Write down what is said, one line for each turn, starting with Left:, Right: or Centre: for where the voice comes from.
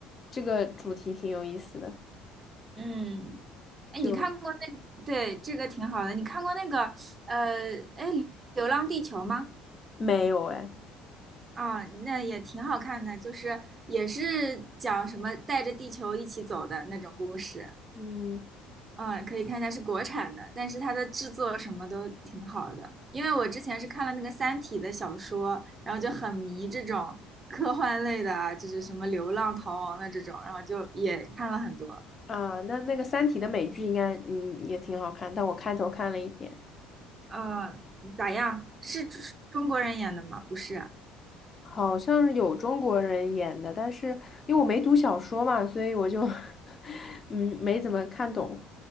Left: 这个主题挺有意思的，
Right: 嗯，哎，
Left: 就
Right: 你看过那，对，这个挺好的，你看过那个呃，哎，《流浪地球》吗？
Left: 没有哎。
Right: 啊，那也挺好看的，就是也是讲什么带着地球一起走的那种故事。
Left: 嗯
Right: 嗯，可以看一下是国产的，但是它的制作什么都挺好的。因为我之前是看了那个《三体》的小说，然后就很迷这种科幻类的啊，就是什么流浪逃亡的这种，然后就也看了很多。
Left: 啊，那那个《三体》的美剧应该嗯也挺好看，但我开头看了一点，
Right: 嗯，咋样？是中中国人演的吗？不是啊。
Left: 好像是有中国人演的，但是因为我没读小说嘛，所以我就 <laughs> 嗯没怎么看懂。